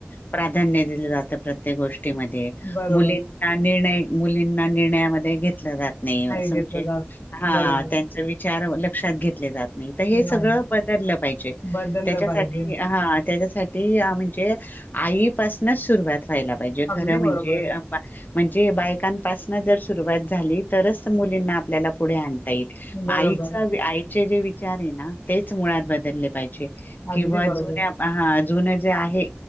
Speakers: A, on the left; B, on the left.
A: प्राधान्य दिलं जात प्रत्येक गोष्टीमध्ये.
B: बरोबर
A: मुली- निर्णय मुलींना निर्णयामध्ये घेतल जात नाही. असं
B: घेतलं
A: म्हणजे
B: जात
A: हा-
B: बरोबर
A: विचार लक्षात घेतले जात- नाही. तर हे सगळं
B: नाही
A: बदललं पाहिजे.
B: बदललं
A: त्याच्यासाठी
B: पाहिजे
A: हा- त्याच्यासाठी म्हणजे आईपासनच सुरुवात व्हायला- पाहिजे
B: अगदी
A: खरं म्हणजे-
B: बरोबर
A: म्हणजे बायकांपासन जर सुरुवात झाली तरच मुलींना आपल्याला पुढे आण- - ता येईल.
B: बरोबर
A: आई आईचे जे विचार आहे ना तेच मुळात बदलले पाहिजे. किंवा
B: अगदी बरोबर
A: जुन्या - हा जुन जे आहे